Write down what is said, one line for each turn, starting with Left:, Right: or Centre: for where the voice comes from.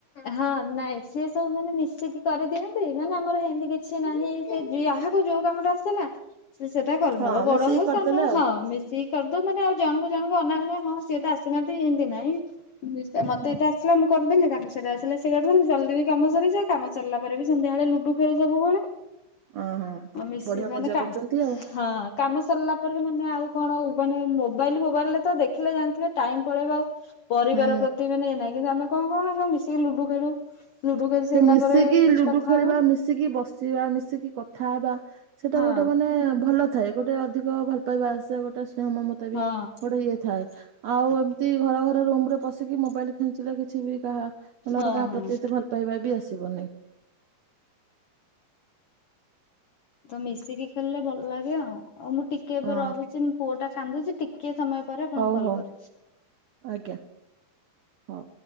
Left: ହଁ ନାଇଁ ସିଏ ସବୁ ମାନେ ମିଶିକି କରିଦିଅନ୍ତି ମାନେ ଆମର ହେମିତି କିଛି ନାହିଁ ସେ ଯାହାକୁ ଯୋଉ କାମ ଟା ଆସିଲା ସେଟା କରିନବ
Right: ହଁ
Left: ବଡ
Right: ମିଶିକି
Left: ହଉ
Right: କରିଦେଲେ
Left: ସାନ ହଉ
Right: ଆଉ।
Left: ହଁ ମିସ ସି କରିଦଉ ମାନେ ଆଉ ଜଣଙ୍କୁ ଜଣଙ୍କୁ ଅନା ମାନେ ହଁ ସିଏ ତ ଆସିନାହାନ୍ତି ଏମିତି ନାଇଁ ମତେ
Right: ହୁଁ
Left: ଏଇଟା ଆ ସିଲା ମୁଁ କରିଦେଲି। ତାଙ୍କୁ ସେଇଟା ଆସିଲ ସେ କରିଦେଲେ ଜଲ୍ଦି ବି କାମ ସରିଯାଏ କାମ ସରିଲା ପରେ ବି ସନ୍ଧ୍ୟାବେଳେ ଲୁଡୁ ଖେଳୁ ସବୁ ବେଳେ।
Right: ଅଁ ହଁ।
Left: ଅ ମିସି
Right: ବଢିଆ
Left: ମେନେ
Right: ମଜା
Left: କା
Right: କରୁଛନ୍ତି ଆଉ।
Left: ହଁ। କାମ ସରିଲା ପରେ ମାନେ ଆଉ କଣ ମାନେ ମୋବାଇଲ ଫୋବାଇଲରେ ତ ଦେଖିଲେ ଜାଣିଥିବେ ଟାଇମ ପଳେଇବ ଆଉ ପରିବାର
Right: ହୁଁ
Left: ପ୍ରତି ବି ଇଏ ନାହିଁ କିନ୍ତୁ ଆମେ କଣ କରୁନା ସବୁ ମିଶିକି ଲୁଡୁ ଖେଳୁ। ଲୁଡୁ ଖେଳି ସାରିଲା
Right: ସେ ମିଶିକି
Left: ପରେ କିଛି
Right: ଲୁଡୁ
Left: କଥା
Right: ଖେଳିବା
Left: ହୋଉ।
Right: ମିଶିକି ବସିବା ମିଶିକି କଥା ହବା ସେଇଟା
Left: ହଁ
Right: ଗୋଟେ ମାନେ ଭଲ ଥାଏ। ଗୋଟେ ଅଧିକ ଭଲ ପାଇବା ଆସେ ଗୋଟେ ସ୍ନେହ ମମତା
Left: ହଁ
Right: ବି ଗୋଟେ ଇଏ ଥାଏ। ଆଉ ଏମିତି ଘର ଘର ରୁମ୍ ରେ ପଶିକି ମୋବାଇଲ ଖେଞ୍ଚିଲେ କିଛି ବି କାହା ମାନେ
Left: ହଁ
Right: ଗୋଟେ କାହା
Left: ହଁ
Right: ପ୍ରତି ଏତେ ଭଲ ପାଇବା ବି ଆସିବନେଇ।
Left: ତ ମିଶିକି ଖେଳିଲେ ଭଲ ଲାଗେ ଆଉ ଆଉ ମୁଁ ଟିକି ଟିକେ ଏବେ
Right: ହଁ
Left: ରହୁଚି ମୋ ପୁଅ ଟା କାନ୍ଦୁଚି ଟିକେ ସମୟ ପରେ ଆପଣଙ୍କୁ
Right: ହଉ
Left: କଲ୍
Right: ହଉ
Left: କରୁଚି।
Right: ଆଜ୍ଞା। ହଉ।